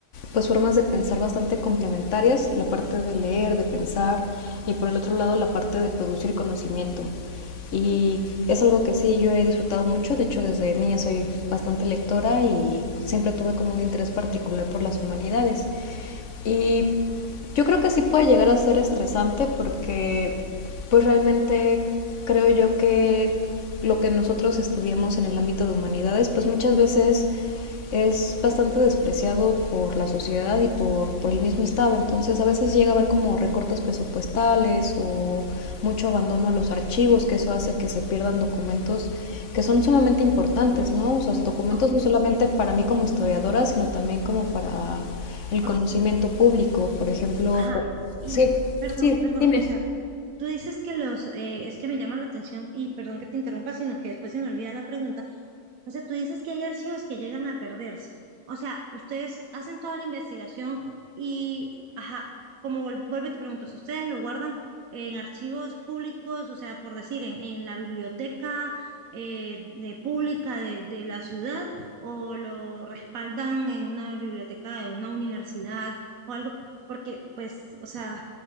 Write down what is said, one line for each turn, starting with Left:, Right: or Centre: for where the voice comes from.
Left: pues formas de pensar bastante complementarias. La parte de leer, de pensar y por el otro lado la parte de producir conocimiento y es algo que sí yo he disfrutado mucho, de hecho desde niña soy bastante lectora y siempre tuve como un interés particular por las humanidades. Y yo creo que sí puede llegar a ser estresante porque pues realmente creo yo que lo que nosotros estudiamos en el ámbito de humanidades pues muchas veces es bastante despreciado por la sociedad y por, por el mismo Estado. Entonces a veces llega a haber como recortes presupuestales o mucho abandono a los archivos, que eso hace que se pierdan documentos que son sumamente importantes, ¿no? O sea, documentos
Right: Ok,
Left: no solamente para mí como historiadora, sino también como para el conocimiento
Right: o-
Left: público. Por ejemplo,
Right: ajá,
Left: co-
Right: y
Left: sí,
Right: perdón,
Left: sí,
Right: perdón,
Left: dime.
Right: o sea, Tú dices que los, eh, es que me llama la atención, y perdón que te interrumpa, sino que después se me olvida la pregunta. O sea, tú dices que hay archivos que llegan a perderse. O sea, ustedes hacen toda la investigación y, ajá, como vol- vuelvo y te pregunto, si ustedes lo guardan en archivos públicos, o sea, por decir, en, en la biblioteca eh, de pública de, de la ciudad, o lo respaldan en una biblioteca de una universidad o algo, porque, pues, o sea...